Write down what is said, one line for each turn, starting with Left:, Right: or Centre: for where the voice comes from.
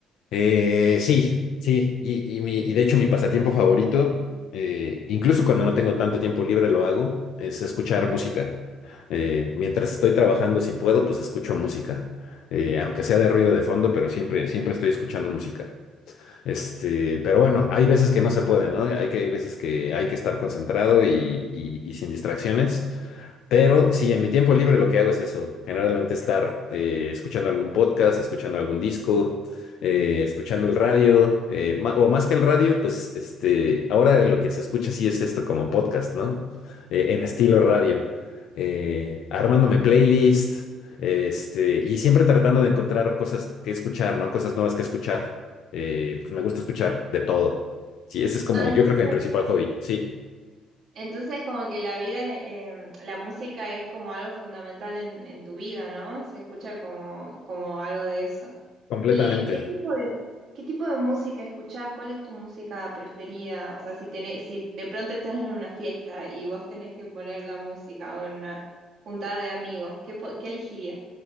Left: Eh, sí, sí, y, y mi, y de hecho mi pasatiempo favorito, eh, incluso cuando no tengo tanto tiempo libre lo hago, es escuchar música. Eh, mientras estoy trabajando, si puedo, pues escucho música. Eh, aunque sea de ruido de fondo, pero siempre, siempre estoy escuchando música. Este, pero bueno, hay veces que no se puede, ¿no? Hay que, hay veces que hay que estar concentrado y, y- y sin distracciones. Pero sí, en mi tiempo libre lo que hago es eso, generalmente estar eh, escuchando algún podcast, escuchando algún disco, eh, escuchando el radio, eh, ma- o más que el radio, pues este, ahora lo que se escucha sí es esto como podcast, ¿no? Eh, en estilo radio, eh, armándome playlist, este, y siempre tratando de encontrar cosas que escuchar, ¿no? Cosas nuevas que escuchar. Eh, pues me gusta escuchar de todo. Sí, ese es como,
Right: Ah,
Left: yo
Right: entonces,
Left: creo que mi principal hobby, sí,
Right: entonces como que la vida, es, em, la música es como algo fundamental en, en tu vida, ¿no? Se escucha como, como algo de eso.
Left: completamente.
Right: ¿Y qué tipo de, qué tipo de música escuchás? ¿Cuál es tu música preferida? O sea, si tenés, si de pronto estás en una fiesta y vos tenés que poner la música o en una juntada de amigos, ¿qué, po- qué elegirías?